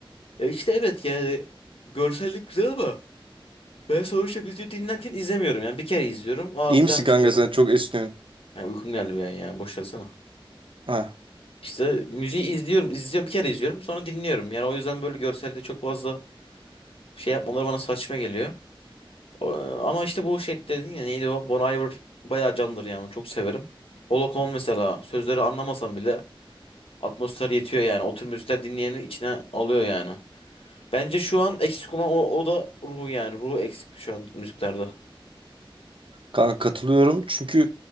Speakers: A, on the left; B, on the right.
A: Ya işte evet yani görsellik güzel ama ben sonuçta müziği dinlerken izlemiyorum. Yani bir kere izliyorum. Aa
B: İyi
A: güzelmiş
B: misin kanka
A: diyorum.
B: sen? Çok esniyorsun.
A: Yani uykum geldi bir an yani boş versene.
B: Ha.
A: İşte müziği izliyorum, izliyorum bir kere izliyorum sonra dinliyorum. Yani o yüzden böyle görselde çok fazla şey yapmaları bana saçma geliyor. O- e, Ama işte bu şey dedin ya neydi o? Bon Iver bayağı candır yani onu çok severim. Pola mesela sözleri anlamasam bile atmosfer yetiyor yani. O tür müzikler dinleyeni içine alıyor yani. Bence şu an eksik olan o, o da ruhu yani. Ruhu eksik şu an müziklerde.
B: Kanka katılıyorum. Çünkü